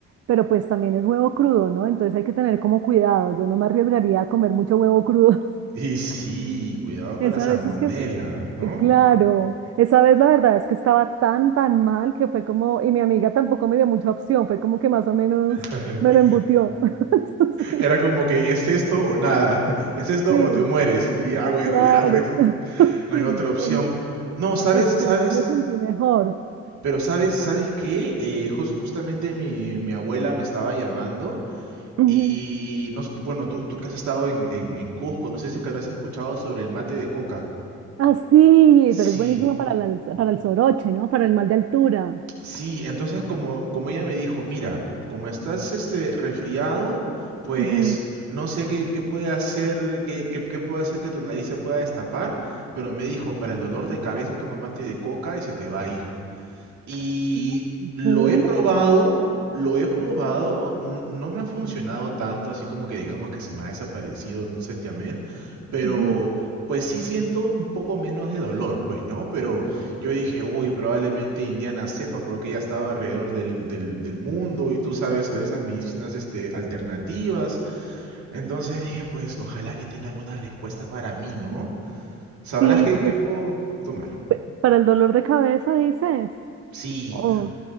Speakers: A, on the right; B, on the right.
A: pero pues también es huevo crudo, ¿no? Entonces hay que tener como cuidado. Yo no me arriesgaría a comer mucho huevo crudo.
B: Y sí, cuidado
A: <laughs>
B: con
A: Esa
B: la salmonela,
A: vez es que sí.
B: ¿no?
A: Eh, Claro, esa vez la verdad es que estaba tan, tan mal que fue como, y mi amiga tampoco me dio mucha opción, fue como que más o menos
B: <laughs>
A: me lo embutió. <laughs> Entonces,
B: Era como que es esto o nada, <laughs> es esto
A: sí,
B: o te mueres. Y ya, bueno,
A: Claro.
B: ya pues, <laughs>
A: <laughs>
B: no hay otra opción.
A: En-
B: No, ¿sabes?
A: en-
B: ¿Sabes?
A: pero sí me sentí mejor.
B: Pero sabes, ¿sabes qué? Eh, jus- justamente mi, mi abuela me estaba llamando
A: Ujú.
B: y no, s- bueno, tú, tú que has estado en, en, en Cusco, no sé si es que habrás escuchado sobre el mate de coca.
A: Ah, sí,
B: Sí,
A: pero es buenísimo para, la alza- para el soroche, ¿no? Para el mal de altura.
B: sí, entonces como, como ella me dijo, mira, como estás este resfriado, pues
A: Ujú.
B: no sé qué, qué puede hacer, qué, qué, qué puede hacer que tu nariz se pueda destapar, pero me dijo, para el dolor de cabeza toma mate de coca y se te va a ir. Y
A: Ah, ¿En
B: lo
A: serio?
B: he probado, lo he probado, n- no me ha funcionado tanto, así como que digamos que se me ha desaparecido en un santiamén, pero
A: Ujú.
B: pues sí siento un poco menos de dolor, pues, ¿no? Pero yo dije, uy, probablemente Indiana sepa porque ella ha estado alrededor del, del, del mundo y tú sabes sobre esas medicinas este, alternativas. Entonces dije, pues, ojalá que tenga alguna respuesta para mí, ¿no? ¿Sabrás
A: Sí,
B: qué,
A: pues
B: qué puedo tomar?
A: pe- para el dolor de cabeza dices.
B: Sí.
A: Oh,